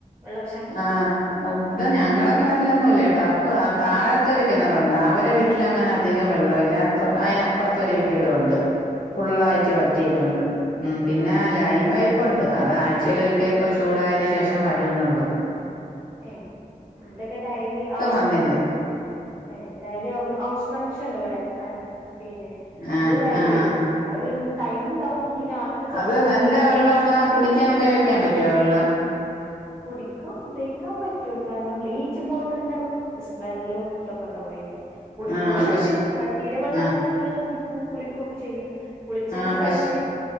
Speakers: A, on the right; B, on the left.
A: വെള്ളക്ഷാമം
B: ആഹ് അവ്ടെ ഞങ്ങളെ കിണറിലൊന്നും ഇല്ലട്ടോ. അപ്പൊ താഴത്തെ ഒരു കിണറുണ്ട്, അവരെ വീ ട്ട്ലങ്ങനെ അധികം വെള്ള ഇല്ല. തൊ അയ്നപ്പുറത്തൊരു വീടുണ്ട്. ഫുള്ളായി പറ്റിയിട്ടുണ്ട്
A: ആഹ് ആഹ്
B: ഉ പിന്നെ ലൈൻ
A: ഉം ഉം
B: പൈപ്പ് പ്പുണ്ട് അത ആഴ്ചലൊരിക്കേ ഇപ്പ ചൂടായതിന് ശേഷം വരന്നള്ളു
A: ഏ ഇവിടെക്കെ ഡൈലി ആവശ്യം
B: വന്നില്ല
A: ഏ ഡലി ഹൌ ഹൗസ് കണക്ഷൻ ഉണ്ട് ഇവിടെ പിന്നെ
B: ആഹ്
A: അത് ഡയ്ലി
B: ആഹ്
A: വരും അത് ടൈമ് ഉണ്ടാവും ഇനി രാത്രി ചിലപ്പോ
B: അത്
A: അവര്
B: നല്ല
A: തുറന്നിടാ
B: വെള്ള ആണോ കുടിക്കാൻ ഉപയോഗിക്കാൻ പറ്റുവ വെള്ളം?
A: കുടിക്കാ ഉപയോഗിക്കാൻ പറ്റു കാരണം ബ്ലീച്ചിങ് പൗഡറിന്റെ.. സ്മെല്ലും ഇതൊക്കെ ഉണ്ടാവുംയിന് കുടിക്കണലുണ്ട്
B: ആഹ് പശു
A: വ തീരെ വെള്ളം
B: ആഹ്
A: കിട്ടാതോൽ അത് കുടിക്കും കുളിക്കുകൊക്കെ ചെയ്യും. കുളിച്ചാലൊക്കെ
B: ആഹ് പശു
A: പറഞ്ഞാല്